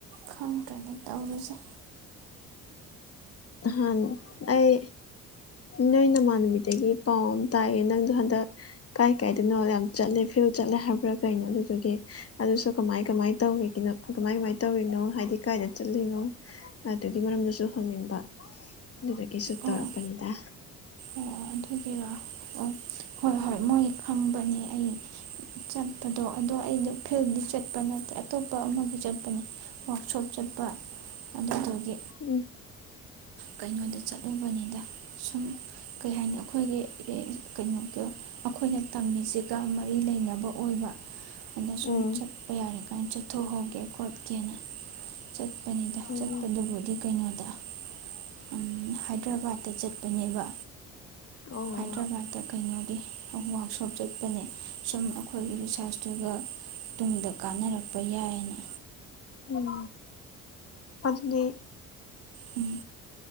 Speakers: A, on the right (about 60°); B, on the left (about 35°).
A: ꯈꯪꯗ꯭ꯔꯦꯗ ꯇꯧꯔꯤꯁꯦ
B: ꯅꯍꯥꯟ ꯑꯩ ꯅꯣꯏ ꯅꯃꯥꯟ ꯅꯨꯃꯤꯠꯇꯒꯤ ꯄꯥꯎ ꯑꯃ ꯇꯥꯛꯑꯦ ꯅꯪꯗꯣ ꯍꯟꯗꯛ ꯀꯥꯏ ꯀꯥꯏꯗꯅꯣ ꯌꯥꯝ ꯆꯠꯂꯦ ꯐꯤꯜ ꯆꯠꯂꯦ ꯍꯥꯏꯕ꯭ꯔꯥ ꯀꯩꯅꯣ ꯑꯗꯨꯗꯨꯒꯤ ꯑꯗꯨꯁꯨ ꯀꯃꯥꯏ ꯀꯃꯥꯏ ꯇꯧꯔꯤꯒꯅꯣ ꯀꯃꯥꯏ ꯀꯃꯥꯏ ꯇꯧꯔꯤꯅꯣ ꯍꯥꯏꯗꯤ ꯀꯥꯏꯗ ꯆꯠꯂꯤꯅꯣ ꯑꯗꯨꯒꯤ ꯃꯔꯝꯗꯁꯨ ꯍꯪꯅꯤꯡꯕ ꯑꯗꯨꯗ ꯀꯁꯨ
A: ꯑꯣ
B: ꯇꯔꯄꯗ
A: ꯑꯣ ꯑꯗꯨꯒꯤꯔꯣ ꯑꯣ ꯍꯣꯏ ꯍꯣꯏ ꯃꯣꯏ ꯈꯪꯕꯅꯦ ꯑꯩ ꯆꯠꯄꯗꯣ ꯑꯗꯣ ꯑꯩꯗꯣ ꯐꯤꯜꯗꯤ ꯆꯠꯄ ꯅꯠꯇꯦ ꯑꯇꯣꯞꯄ ꯑꯃꯒꯤ ꯆꯠꯄꯅꯦ ꯋꯥꯔꯛꯁꯣꯞ ꯆꯠꯄ ꯑꯗꯨꯗꯨ ꯗꯤ
B: ꯎꯝ
A: ꯀꯩꯅꯣꯗ ꯆꯠꯂꯨꯕꯅꯤꯗ ꯁꯃ ꯀꯩ ꯍꯥꯏꯅꯤ ꯑꯩꯈꯣꯏꯒꯤ ꯀꯩꯅꯣ ꯑꯩꯈꯣꯏꯅ ꯇꯝꯃꯤꯁꯤꯒ ꯃꯔꯤ ꯂꯩꯅꯕ ꯑꯣꯏꯕ ꯑꯅ ꯁꯨꯝ
B: ꯎꯝ
A: ꯆꯠꯄ ꯌꯥꯔꯦ ꯀꯥꯏꯅ ꯆꯠꯊꯣꯛꯍꯧꯒꯦ ꯄꯠꯀꯤꯅ ꯆꯠꯄꯅꯤꯗ
B: ꯎꯝ
A: ꯆꯠꯄꯗꯨꯕꯨꯗꯤ ꯀꯩꯅꯣꯗ ꯍꯥꯏ ꯍꯗ꯭ꯔꯕꯥꯠꯇ ꯆꯠꯄꯅꯦꯕ
B: ꯑꯣ
A: ꯍꯥꯏꯗ꯭ꯔꯕꯥꯠꯇ ꯀꯩꯅꯣꯒꯤ ꯋꯥꯛꯁꯣꯞ ꯆꯠꯄꯅꯦ ꯁꯨꯝ ꯑꯩꯈꯣꯏꯒꯤ ꯔꯤꯁꯥꯔꯁꯇꯨꯒ ꯇꯨꯡꯗ ꯀꯥꯟꯅꯔꯛꯄ ꯌꯥꯏꯑꯅ
B: ꯎꯝ ꯑꯗꯨꯗꯤ
A: ꯎꯝ